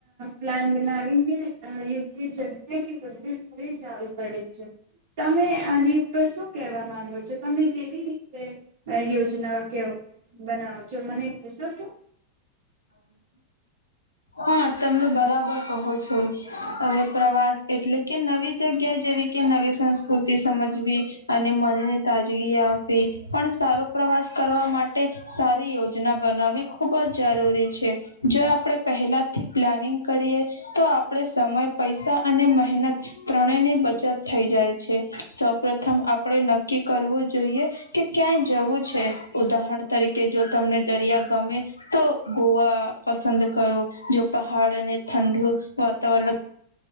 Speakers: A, on the right (about 55°); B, on the left (about 85°).
A: પ્લાન બનાવીને યોગ્ય જગ્યા કે યોગ્ય સ્થળે જવું પડે છે તમે આની ઉપર શું કેહેવા માંગો છો તમે કેવી રીતે યોજના કેો બનાવો છો મને કેસો તું
B: હા તમને બરાબર કહો છો હવે પ્રવાસ એટલે કે નવી જગ્યા જેવી કે નવી સંસ્કૃતિ સમજવી અને મનને તાજગી આપવી પણ સારો પ્રવાસ કરવા માટે સારી યોજના બનાવી ખુબ જ જરૂરી છે જો આપણેે પહેલા થી પ્લાનિંગ કરીએ તો આપણે સમય પૈસા અને મહેનત ત્રણે ની બચત થઈ જાય છે સૌપથમ આપણે નક્કી કરવું જોઈએ કે ક્યાંય જવું છે ઉદાહરણ તરીકે જો તમને દરિયા ગમે તો ગોવા પસંદ કરો જો પહાડ અને ઠંડુ વાતાવરણ